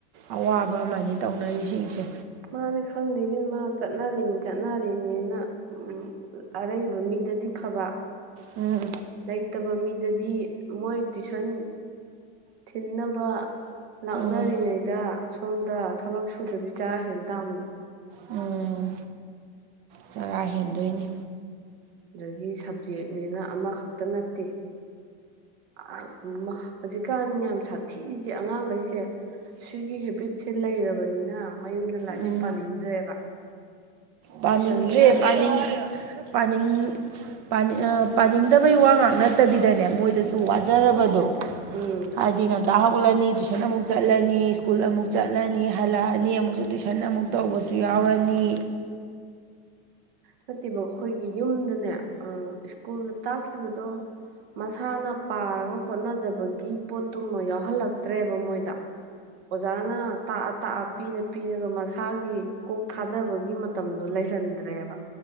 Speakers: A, on the right; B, on the right.
A: ꯑꯋꯥꯕ ꯑꯃꯅꯤ ꯇꯧꯅꯔꯤꯁꯤꯡꯁꯦ
B: ꯃꯥꯅ ꯈꯪꯗ꯭ꯉ ꯃꯥ ꯆꯠꯅꯔꯤꯅꯤ ꯆꯠꯅꯔꯤꯅꯦꯅ ꯎꯝ ꯑꯔꯩꯕ ꯃꯤꯗꯗꯤ ꯐꯕ
A: ꯎꯝ
B: ꯂꯩꯇꯕ ꯃꯤꯗꯗꯤ ꯃꯣꯏ ꯇꯨꯏꯁꯟ ꯊꯤꯟꯅꯕ ꯂꯥꯛꯅꯔꯤꯉꯩ
A: ꯎꯝ
B: ꯗ ꯁꯣꯝꯗ ꯊꯕꯛ ꯁꯨꯗꯕꯤ ꯆꯔꯥ ꯍꯦꯟ ꯇꯥꯝꯅꯤ
A: ꯎꯝ ꯆꯔꯥ ꯍꯦꯟꯗꯣꯏꯅꯤ
B: ꯑꯗꯒꯤ ꯁꯕꯖꯦꯛꯅꯦꯅ ꯑꯃꯥꯈꯛꯇ ꯅꯠꯇꯦ ꯑꯃꯥ ꯍꯧꯖꯤꯛꯀꯥꯟ ꯌꯥꯝ ꯁꯥꯊꯤꯁꯦ ꯑꯉꯥꯡꯒꯩꯖꯦ ꯁꯤꯒꯤ ꯍꯦꯕꯤꯠꯁꯦ ꯂꯩꯔꯕꯅꯤꯅ ꯃꯌꯨꯝꯗ ꯂꯥꯏꯔꯤꯛꯁꯨ
A: ꯎꯝ
B: ꯄꯥꯅꯤꯡꯗ꯭ꯔꯦꯕ
A: ꯄꯥꯅꯤꯡꯗ꯭ꯔꯦ
B: ꯇꯨꯏꯁꯟꯒ
A: ꯄꯅꯤꯡ ꯄꯥꯅꯤꯡ ꯄꯥꯅꯤ ꯑ ꯄꯥꯅꯤꯡꯗꯕꯩ ꯋꯥ ꯉꯥꯛ ꯅꯠꯇꯕꯤꯗꯅꯦ ꯃꯣꯏꯗꯁꯨ ꯋꯥꯖꯔꯕꯗꯣ
B: ꯎꯝ
A: ꯍꯥꯏꯗꯤ ꯉꯟꯇ ꯍꯧ ꯒꯠꯂꯅꯤ ꯇꯨꯏꯁꯟ ꯑꯃꯨꯛ ꯆꯠꯂꯅꯤ ꯏꯁ꯭ꯀꯨꯜ ꯑꯃꯨꯛ ꯆꯠꯂꯅꯤ ꯍꯜꯂꯛꯑꯅꯤ ꯑꯃꯨꯛꯁꯨ ꯇꯨꯏꯁꯟ ꯑꯃꯨꯛ ꯄꯨ ꯇꯧꯕꯁꯨ ꯌꯥꯎꯔꯅꯤ
B: ꯅꯠꯇꯦꯕ ꯑꯩꯈꯣꯏꯒꯤ ꯌꯨꯝꯗꯅꯦ ꯑ ꯏꯁ꯭ꯀꯨꯜꯗ ꯇꯥꯛꯈꯤꯕꯗꯣ ꯃꯁꯥꯅ ꯄꯥꯔꯒ ꯍꯣꯠꯅꯖꯕꯒꯤ ꯄꯣꯠꯇꯨꯃ ꯌꯥꯎꯍꯜꯂꯛꯇ꯭ꯔꯦꯕ ꯃꯣꯏꯗ ꯑꯣꯖꯥꯅ ꯇꯥꯛꯑ ꯇꯥꯛꯑ ꯄꯤꯔ ꯄꯤꯔꯒ ꯃꯁꯥꯒꯤ ꯀꯣꯛ ꯊꯥꯗꯕꯒꯤ ꯃ ꯃꯇꯝꯗꯣ ꯂꯩꯍꯟꯗ꯭ꯔꯦꯕ